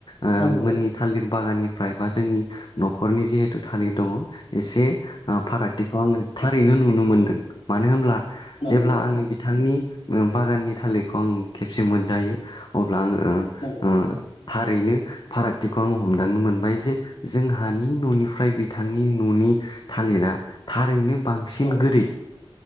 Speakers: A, on the left (about 55°); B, on the left (about 80°).
A: ओ
B: नंगौ
A: मोननि
B: नंगौ
A: थालिर बागाननि फ्राय बा जोंनि न'खरनि जिहेतु थालिर दङ' एसे ओ फारागथिखौ आङो थारैनो नुनो मोनदों मानो होनब्ला
B: नंगौ
A: जेब्ला
B: नंगौ
A: आङो बिथांनि ओ बागाननि थालिरखौ आं खेबसे मोनजायो। अब्ला आङो ओ
B: नंगौ
A: ओ था रैनो फारागथिखौ आङो हमदांनो मोनबाय जे जोंहानि न'निफ्राय बिथांनि न'नि थालिरा थारैनो बांसिन
B: औ
A: गोदै